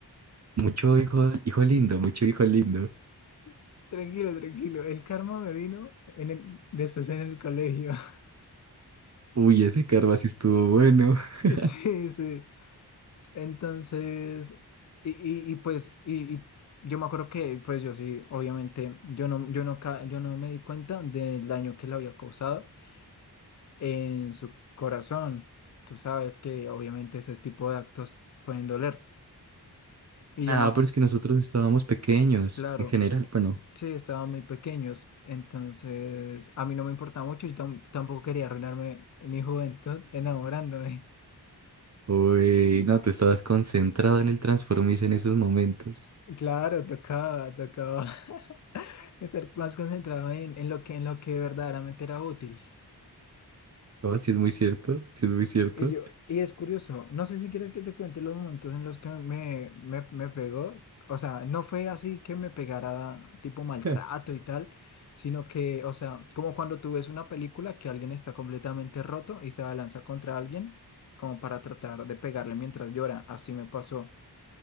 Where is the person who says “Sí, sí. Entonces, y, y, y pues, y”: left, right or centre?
Left